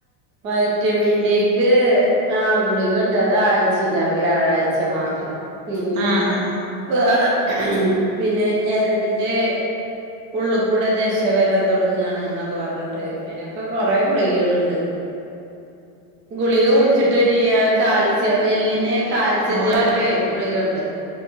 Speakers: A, on the right; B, on the right.
A: വൈറ്റമിൻ ഡി ക്ക് ആ ഗുളികണ്ട് അത് ആഴ്ചിലാ വ്യാഴാഴ്ച ച്ചമാത്രം പിന്നെ
B: ആഹ് ആഹ്
A: വേറെ പിന്നെ ഞരമ്പിന്റെ.. ഉള്ളുകൂടെ ദശ വരാൻ തൊടങ്ങണ് ന്നൊക്കെ പറഞ്ഞിട്ട്. പിന്നൊക്കെ കുറെേ ഗുളികള്ണ്ട്.. ഗുളിക കുടിച്ചിട്ടടി ആ. കാൽസ്യ അ എല്ലിനെ കാൽസ്യത്തിനൊക്കെ
B: ഓരോരോ
A: ഗുളികണ്ട്..